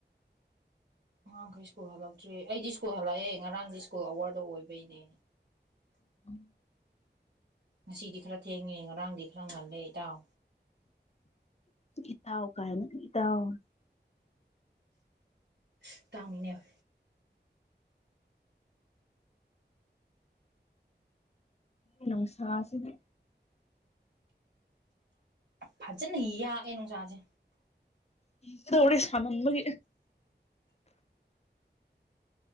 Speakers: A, on the right; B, on the left.
A: ꯑꯉꯥꯡꯈꯩ ꯁ꯭ꯀꯨꯜ ꯍꯜꯂꯛꯇ꯭ꯔꯤ ꯑꯩꯗꯤ ꯁ꯭ꯀꯨꯜ ꯍꯜꯂꯛꯑꯦ ꯉꯔꯥꯡꯗꯤ ꯁ꯭ꯀꯨꯜ ꯑꯋꯥꯔꯗ ꯑꯣꯏꯕꯩꯅꯦ
B: <inaudible>
A: ꯉꯁꯤꯗꯤ ꯈꯔ ꯊꯦꯡꯉꯦ ꯉꯔꯥꯡꯗꯤ ꯈꯔ ꯉꯜꯂꯦ ꯏꯇꯥꯎ
B: ꯏꯇꯥꯎ ꯀꯥꯏꯅ ꯏꯇꯥꯎ
A: ꯏꯇꯥꯎꯅꯤꯅꯦ
B: ꯅꯨꯡꯁꯥ ꯁꯤꯗꯤ
A: ꯐꯖꯅ ꯌꯥꯛꯑꯦ ꯅꯨꯡꯁꯥꯁꯦ
B: ꯁꯤꯗꯧꯔꯦ ꯁꯥꯃꯟꯕꯒꯤ